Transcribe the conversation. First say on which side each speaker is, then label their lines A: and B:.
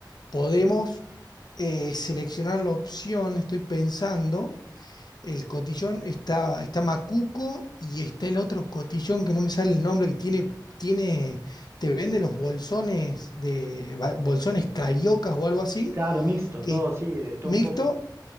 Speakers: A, on the left; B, on the right.
A: podemos eh, seleccionar la opción, estoy pensando, el cotillón está, está Macuco y está el otro cotillón que no me sale el nombre, que tiene, tiene, te vende los bolsones de ba- bolsones cariocas o algo así,
B: Claro, mixto,
A: que
B: todo, sí, de todo
A: mixto,
B: un poco.